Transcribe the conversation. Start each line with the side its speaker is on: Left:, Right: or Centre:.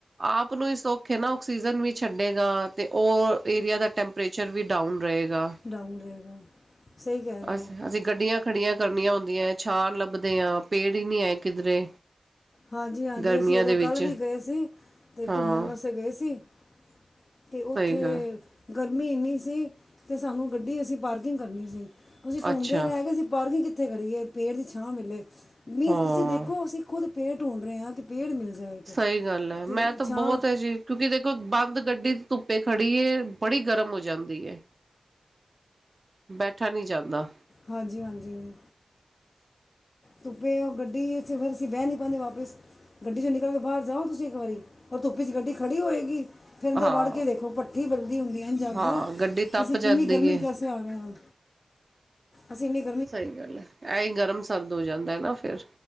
Right: ਆਪ ਨੂੰ ਹੀ ਸੋਖੇ ਗਾ ਆਕਸੀਜਨ ਵੀ ਛੱਡੇਗਾ ਅਤੇ ਉਹ ਏਰੀਆ ਦਾ ਟੈਂਪਰੇਚਰ ਵੀ ਡਾਊਨ ਰਹੇਗਾ
Left: ਡਾਊਨ ਰਹੇਗਾ ਸਹੀ ਕਹਿ ਰਹੇ
Right: ਅ
Left: ਹੋ
Right: ਅਸੀਂ ਗੱਡੀਆਂ ਖੜੀਆਂ ਕਰਨੀਆਂ ਹੁੰਦੀਆਂ ਛਾ ਲੱਭਦੇ ਹਾ ਪੇੜ ਹੀ ਨਹੀਂੀ ਏ ਕਿਧਰੇ
Left: ਹਾਂਜੀ ਹਾਂਜੀ
Right: ਗਰਮੀਆਂ
Left: ਅਸੀਂ ਉਦੋਂ
Right: ਦੇ ਵਿੱਚ
Left: ਕੱਲ੍ਹ ਵੀ ਗਏ ਸੀ ਅਤੇ
Right: ਹਾਂ
Left: ਘੁੰਮਣ ਵਾਸਤੇ ਗਏ ਸੀ ਅਤੇ ਉੱਥੇ
Right: ਸਹੀ ਗੱਲ
Left: ਗਰਮੀ ਇੰਨੀ ਸੀ ਅਤੇ ਸਾਨੂੰ ਗੱਡੀ ਅਸੀਂ ਪਾਰਕਿੰਗ ਕਰਨੀ ਸੀ ਅਸੀਂ ਟੂੰਡਦੇ
Right: ਅੱਛਾ
Left: ਰਹਿ ਕੇਏ ਅਸੀਂ ਪਾਰਕਿੰਗ ਕਿੱਥੇ ਕਰੀਏ ਪੇੜ ਦੀ ਛਾਂ ਮਿਲੇ ਮੀਨਸ
Right: ਹਾਂ
Left: ਤੁਸੀਂ ਦੇਖੋ ਅਸੀਂ ਖੁਦ ਪੇ ਢੂੰਡ ਰਹੇ ਹਾਂ ਤੇ ਪੇੜ ਮਿਲ ਜਾਏ ਇੱਕ
Right: ਸਹੀ
Left: ਅਤੇ
Right: ਗੱਲ ਹੈ ਮੈਂ ਤਾਂ ਬਹੁਤ
Left: ਛਾਂ
Right: ਜੀ ਕਿਉਂਕਿ ਦੇਖੋ ਬੰਦ ਗੱਡੀ ਧੁੱਪੇ ਖੜੀ ਹੈ ਬੜੀ ਗਰਮ ਹੋ ਜਾਂਦੀ ਹੈ ਬੈਠਾ ਨਹੀਂੀ ਜਾਂਦਾ
Left: ਹਾਂਜੀ ਹਾਂਜੀ ਹਾ ਧੁੱਪੇ ਓਹ ਗੱਡੀ ਫਿਰ ਅਸੀਂ ਬਹਿ ਨਹੀ ਪਾਉਦੇ ਵਾਪਿਸ ਗੱਡੀ ਚੋਂ ਨਿਕਲ ਕੇ ਬਾਹਰ ਜਾਓ ਤੁਸੀਂ ਇੱਕ ਵਾਰੀ ਧੁੱਪ ਚ ਗੱਡੀ ਖੜੀ ਹੋਏਗੀ ਫਿਰ ਅੰਦਰ
Right: ਹਾਂ
Left: ਵੜ੍ਹ ਕੇ ਦੇਖੋ ਭੱਠੀ ਬਲਦੀ ਹੁੰਦੀ ਹੈ ਇੰਜ ਅਗ
Right: ਹਾਂ ਗੱਡੀ ਤੱਪ
Left: ਅਸੀਂ
Right: ਜਾਂਦੀ
Left: ਕਿੰਨੀ ਗਰਮੀ
Right: ਹੈ
Left: ਚ ਕਹਿ ਹਾ ਅਸੀ ਨਿਕ
Right: ਸਹੀ ਗੱਲ ਹੈ ਐ ਹੀ ਗਰਮ ਸਰਦ ਹੋ ਜਾਂਦਾ ਨਾ ਫੇਿਰ